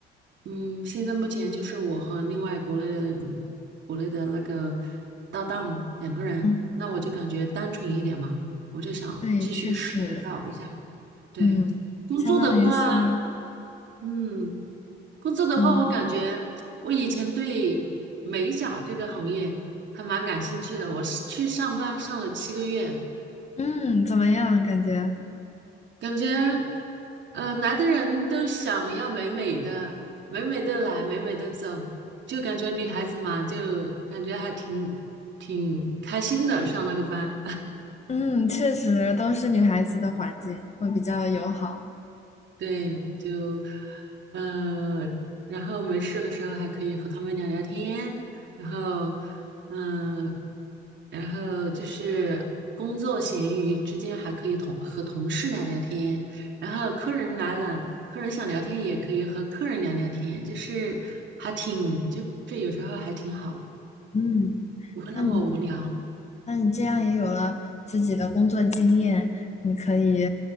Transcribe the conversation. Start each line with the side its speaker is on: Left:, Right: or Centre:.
Right: 嗯，现在目前就是我和另外国内的国内的那个搭档两个人，
Left: 嗯，
Right: 那我就感觉单纯一点嘛，我就想继续试搞一下。
Left: 对，确实，
Right: 对，
Left: 嗯，
Right: 工作的话，
Left: 相当于是，
Right: 嗯。工作的话，
Left: 嗯
Right: 我感觉我以前对美甲这个行业还蛮感兴趣的。我是去上班上了七个月，
Left: 嗯，怎么样？感觉，
Right: 感觉，呃，来的人都想要美美的，美美的来，美美的走，就感觉女孩子嘛，就感觉还挺挺开心的上那个班。
Left: 嗯，确实都是女孩子的环境会比较友好。
Right: 对，就，呃，然后没事的时候还可以和他们聊聊天，然后，嗯、然后就是工作闲余之间还可以同和同事聊聊天，然后客人来了，客人想聊天也可以和客人聊聊天，就是还挺，就是有时候还挺好的，
Left: 嗯，
Right: 不会那么无聊。
Left: 那你那你这样也有了自己的工作经验，你可以